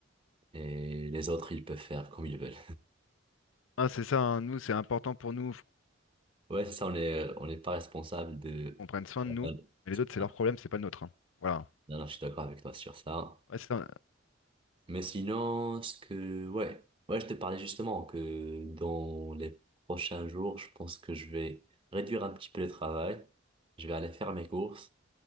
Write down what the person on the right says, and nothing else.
Et les autres, ils peuvent faire comme ils veulent.
Ouais, c'est ça, on est, on n'est pas responsable de...
enfin,
Non,
non, je suis d'accord avec toi sur ça.
Mais sinon, ce que... Ouais, ouais, je te parlais justement que dans les prochains jours, je pense que je vais réduire un petit peu le travail. Je vais aller faire mes courses